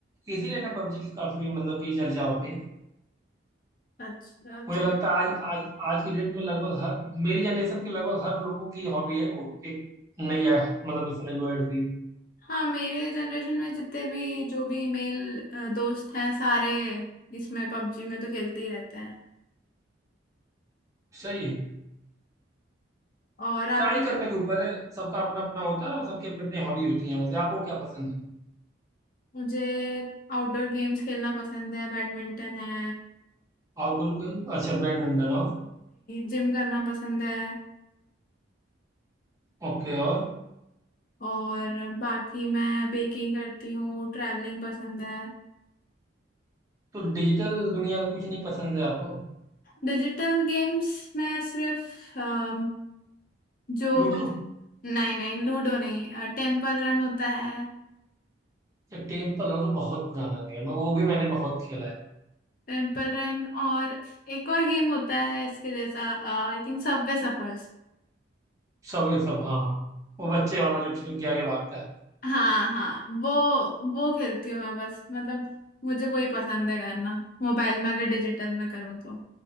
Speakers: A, on the right; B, on the left.
A: इसीलिए ना पबजी की काफी मतलब की चर्चा होती है
B: अच्छा
A: मुझे
B: तो
A: लगता है आज आज आज की डेट में लगभग हर मेरी जनरेशन के लगभग हर लोगों की हॉबी है वो एक नई है मतलब समझ लो ऐड हुई है
B: हाँ मेरे जनरेशन में जितने भी जो भी मेल दोस्त हैं सारे इसमें पबजी में तो खेलते ही रहते हैं
A: सही है
B: और आप
A: ट्राई करने के ऊपर है सबका अपना अपना होता है ना सबकी अपनी अपनी हॉबी होती है वैसे आपको क्या पसंद है
B: मुझे आउटडोर गेम्स खेलना पसंद है बैडमिंटन है
A: आउटडोर गेम अच्छा बैडमिंटन और
B: जिम करना पसंद है
A: ओके और
B: और बाकी मैं बेकिंग करती हूँ ट्रैवलिंग पसंद है
A: तो डिजिटल दुनिया का कुछ नहीं पसंद है आपको
B: डिजिटल गेम्स मैं सिर्फ अम, जो
A: लूडो
B: नहीं नहीं लूडो नहीं टेम्पल रन होता है
A: या टेम्पल रन तो बहुत पुराना गेम है वो भी मैंने बहुत खेला है
B: टेम्पल रन और एक और गेम होता है इसके जैसा आई थिंक सबवे सफर्स
A: सबवे सब हाँ हाँ वो बच्चे वाला जो ट्रेन के आगे भागता है
B: हाँ हाँ वो वो खेलती हूँ मैं बस मतलब मुझे वही पसंद है करना मोबाइल में अगर डिजिटल में करूँ तो